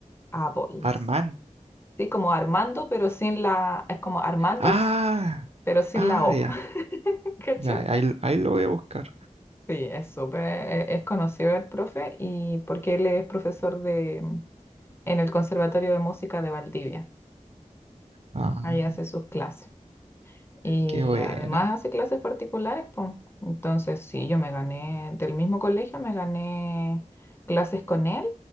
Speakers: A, on the left; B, on the right.
A: Apples.
B: Armán.
A: Sí, como Armando, pero sin la... Es como Armandos,
B: Ah,
A: pero sin
B: ah,
A: la O.
B: ya,
A: <laughs> ¿Cachai?
B: ya, ahí, lo- ahí lo voy a buscar.
A: Sí, es súper... e- Es conocido el profe y porque él es profesor de, en el Conservatorio de Música de Valdivia.
B: Ah,
A: Ahí hace sus clases. Y
B: qué buena.
A: además hace clases particulares, pues. Entonces, sí, yo me gané, del mismo colegio me gané clases con él